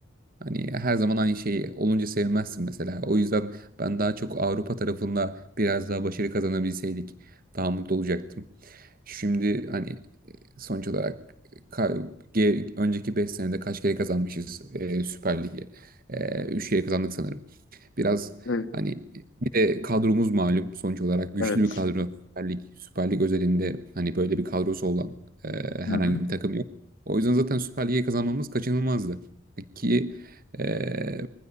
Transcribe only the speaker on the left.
Evet.
Evet.
Hı hı.